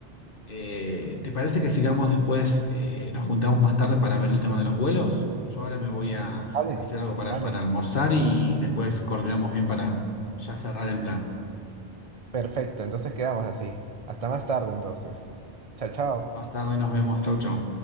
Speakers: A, on the left; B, on the right.
A: Eh, ¿te parece que sigamos después, eh, nos juntamos más tarde para ver el tema de los vuelos? Yo ahora me voy a
B: Vale,
A: hacer algo para,
B: vale.
A: para almorzar y después coordinamos bien para ya cerrar el plan.
B: Perfecto, entonces quedamos así. Hasta más tarde entonces. Chao, chao.
A: Más tarde nos vemos, chau, chau.